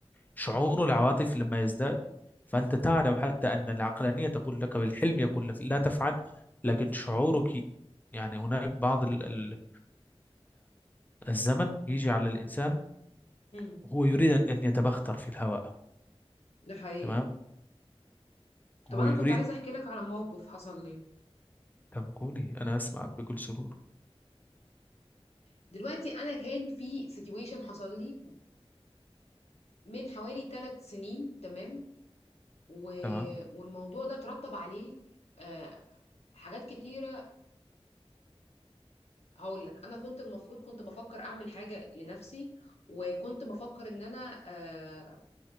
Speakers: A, on the left; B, on the left.
A: شعور العواطف لما يزداد فأنت تعلم حتى أن العقلانية تقول لك والحلم يقول لك لا تفعل لكن شعورك يعني هناك بعض ال- ال- الزمن يجي على الإنسان
B: امم
A: وهو يريد أن أن يتبختر في الهواء
B: ده حقيقي
A: تمام هو
B: طب انا
A: يريد
B: كنت عايزه احكي لك على موقف حصل لي
A: كم قولي أنا أسمعك بكل سرور
B: دلوقتي انا كان في سيتويشن حصل لي من حوالي ثلاث سنين تمام و...
A: تمام
B: والموضوع ده ترتب عليه آه... حاجات كتيره هقول لك انا كنت المفروض كنت بفكر اعمل حاجه لنفسي وكنت بفكر ان انا آه...